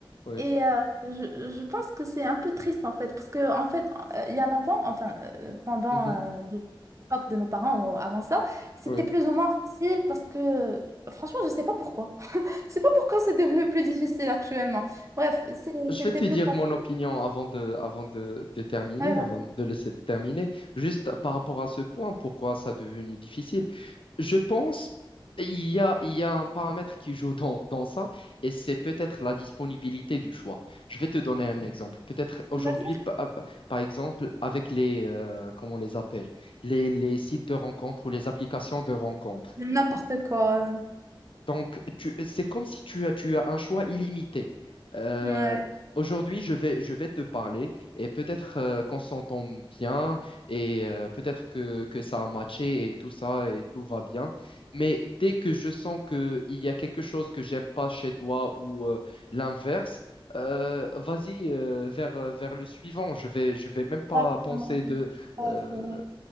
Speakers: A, on the left; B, on the right.
A: ouais,
B: Et euh, je, je pense que c'est un peu triste en fait, parce que en fait, euh, il y a longtemps, enfin euh, pendant
A: mhm,
B: euh, l'époque de nos parents ou avant ça, c'était
A: ouais.
B: plus ou moins facile parce que franchement, je sais pas pourquoi. <laughs> Je sais pas pourquoi c'est devenu plus difficile actuellement. Bref, c'est-
A: Je
B: c'était
A: vais te
B: plus
A: dire
B: facile.
A: mon opinion avant de, avant de, de terminer,
B: Ouais, voilà.
A: avant de laisser terminer. Juste par rapport à ce point, pourquoi ça est devenu difficile? Je pense il y a, il y a un paramètre qui joue dans, dans ça, et c'est peut-être la disponibilité du choix. Je vais te donner un exemple. Peut-être aujourd'hui,
B: Mhm.
A: pa- par exemple, avec les, euh, comment on les appelle, les, les sites de rencontres ou les applications de rencontres.
B: N'importe quoi.
A: Donc, tu- c'est comme si tu as, tu as un choix illimité. Euh,
B: Ouais,
A: aujourd'hui, je vais, je vais te parler et peut-être euh, qu'on s'entend bien et euh, peut-être que, que ça a matché et tout ça et tout va bien. Mais dès que je sens qu'il y a quelque chose que j'aime pas chez toi ou euh, l'inverse, euh, vas-y euh, vers, euh, vers le suivant. Je vais, je vais même pas
B: Exactement.
A: penser de...
B: Ouais,
A: euh,
B: c'est vrai.